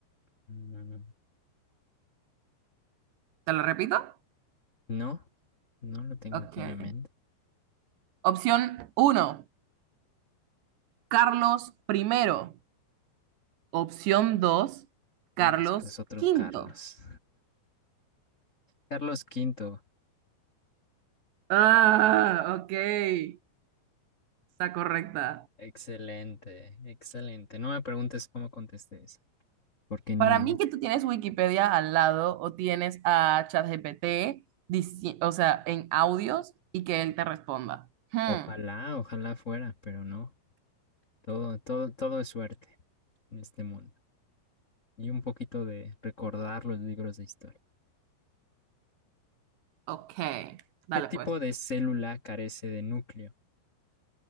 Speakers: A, on the left; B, on the right.
A: mm,
B: ¿Te lo repito?
A: No, no lo tengo
B: Ok.
A: aquí en la mente.
B: Opción uno, Carlos primero. Opción 2, Carlos
A: No me digas que es otro
B: quinto.
A: Carlos. Carlos Quinto.
B: Ah, ok. Está correcta.
A: Excelente, excelente. No me preguntes cómo contesté esa, porque ni
B: Para
A: idea.
B: mí que tú tienes Wikipedia al lado o tienes a ChatGPT, dici- o sea, en audios y que él te responda. Hmm,
A: Ojalá, ojalá fuera, pero no. Todo, todo, todo es suerte en este mundo. Y un poquito de recordar los libros de historia.
B: ok. Dale
A: ¿Qué tipo
B: pues.
A: de célula carece de núcleo?